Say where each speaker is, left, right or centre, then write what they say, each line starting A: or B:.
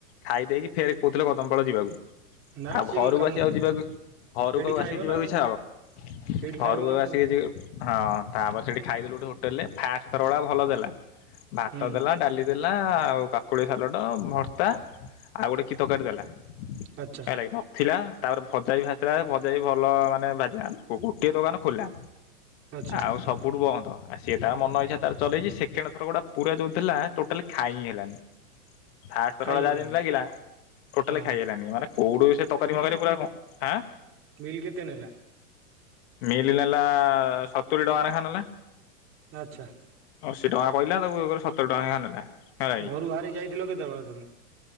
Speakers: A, on the left (about 40°); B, on the right (about 25°).
A: ଖାଇ ଦେଇକି ଫେରେ କହୁଥିଲେ କଦମପାଳ ଯିବାକୁ।
B: ନା
A: ଆଉ
B: ସିଏ
A: ଘରକୁ
B: କଣ କାମ
A: ଆସି ଆଉ ଯିବା କି ଘରକୁ
B: ସେଇଠି ଖାଇବ
A: ଆସିକି ଯିବାକୁ
B: ନା ଆଉ।
A: ଇଚ୍ଛା ହବ।
B: ସେଇଠି
A: ଘରକୁ
B: ଖାଇବ ନା
A: ଆଉ ଆସିକି ଯିବା ହଁ ତାପରେ ସେଇଠି ଖାଇଦେଲୁ ହୋଟେଲରେ ଫାର୍ଷ୍ଟ ଥର ଭଳିଆ ଭଲ ଦେଲ। ଭାତ
B: ହୁଁ
A: ଦେଲା ଡାଲି ଦେଲା ଆଉ ଆଉ କାକୁଳି ସାଲଡ଼ ଭର୍ତ୍ତା ଆଉ ଗୋଟେ କି ତରକାରୀ ଦେଲା।
B: ଆଚ୍ଛା
A: ହେଲ ଭାବଥିଲା <unintelligible> ତାପରେ ଭଜା ଭି ଭା ସେ ଟା ବି ଭଜାଇ ଭଲ ମାନେ ଭାଜିଲା ନି ଗୋଟିଏ ଦୋକାନ ଖୋଲା।
B: ଆଚ୍ଛା
A: ଆଉ ସବୁଠୁ ବନ୍ଦ। ଆଉ ସିଏ ତା ମନ ଇଚ୍ଛା ତାର ଚଲେଇଛି ସେକେଣ୍ଡ ଥର ଗୁଟା ପୁରା ଯେଉଁ ଥିଲା ଟୋଟାଲ ଖାଇ ହିଁ ହେଲାନି। ଫାର୍ଷ୍ଟଥରଟା
B: ଖାଇ ହେଲାନି
A: ଯାହା ଯେମିତି ଲାଗିଲା ଟୋଟାଲି
B: ହଁ
A: ଖାଇ ହେଲାନି ମାନେ କୋଉଠୁ ସେ ତରକାରୀ ଫରକାରୀ ପୁରା କଣ ଆଁ
B: ବିଲ୍ କେତେ ନେଲା?
A: ମିଲ୍ ନେଲା ସତୁୁରୀ ଟଙ୍କା ଲେଖା ନେଲା।
B: ଆଚ୍ଛା।
A: ଅଶୀ ଟଙ୍କା କହିଲା ତାକୁ ସତୁରି ର ଟଙ୍କା ନେଖା ନେଲା। ହେଲା କି
B: ଘରୁ ବାହାରି ଯାଇଥିଲ କେତେବେଳେ ତମେ?